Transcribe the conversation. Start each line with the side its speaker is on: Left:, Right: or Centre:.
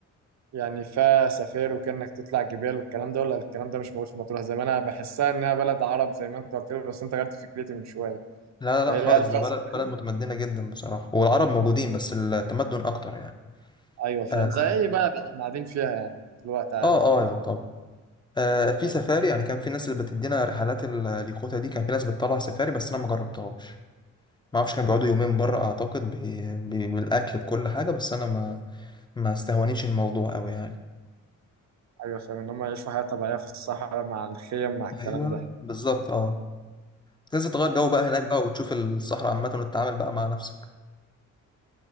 Right: يعني فيها سفاري وكأنك تطلع جبال والكلام ده ولا الكلام ده مش موجود في مطروح زي ما انا بحسها انها بلد عرب زي ما انت قلت لي بس انت غيرت فكرتي من شويه
Left: لا لا
Right: فهي
Left: لا خالص
Right: هل فيها
Left: ده بلد
Right: سفاري؟
Left: بلد متمدنة جدا بصراحة والعرب موجودين بس التمدن اكتر يعني
Right: ايوه فاهم
Left: اه
Right: زي اي بلد احنا قاعدين فيها يعني دلوقتي عادي
Left: اه آه، طبعا آه في
Right: ايوه
Left: سفاري يعني كان في ناس اللي بتدينا رحلات ال- اليخوتة دي كان في ناس بتطلع سفاري بس انا ما جربتهاش ما اعرفش كانوا بيقعدوا يومين بره اعتقد ب... ب... بالاكل بكل حاجه بس انا ما ما استهونيش الموضوع قوي يعني
Right: ايوه فاهم ان هم يعيشوا حياه طبيعيه في الصحراء مع الخيم مع الكلام
Left: ايوه
Right: ده
Left: بالظبط اه لازم تغير جو بقى هناك بقى وتشوف الصحراء عامه وتتعامل بقى مع نفسك